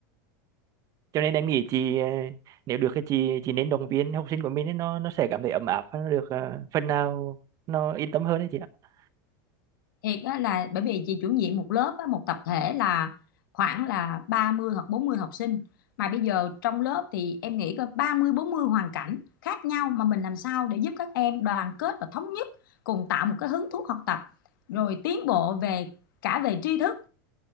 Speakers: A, on the right; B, on the left.
A: cho nên em nghĩ chị à, nếu được thì chị chị nên động viên học sinh của mình ấy, nó nó sẽ cảm thấy ấm áp và nó được à, phần nào nó yên tâm hơn đấy chị ạ
B: thiệt á là bởi vì chị chủ nhiệm một lớp á, một tập thể là khoảng là 30 hoặc 40 học sinh mà bây giờ trong lớp thì em nghĩ có 30 40 hoàn cảnh khác nhau mà mình làm sao để giúp các em đoàn kết và thống nhất cùng tạo một cái hứng thú học tập rồi tiến bộ về cả về tri thức